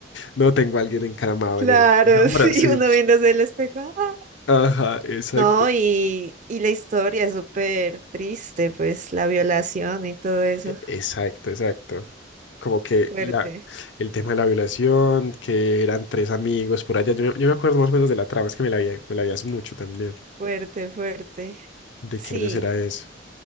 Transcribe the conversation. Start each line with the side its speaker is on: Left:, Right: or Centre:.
Left: No tengo a alguien encaramado
Right: Claro,
Left: en el... el hombro
Right: <laughs> sí,
Left: sí.
Right: uno viéndose el espejo. ¡ah!
Left: Ajá, exacto.
Right: No, y, y la historia es súper triste, pues la violación y todo eso.
Left: E- Exacto, exacto. Como que
Right: Fuerte,
Left: la, el tema de la violación, que eran tres amigos por allá. Yo, me yo me acuerdo más o menos de la trama, es que me la vi, me la vi hace mucho también.
Right: fuerte, fuerte.
Left: ¿De
Right: Sí,
Left: qué años era eso?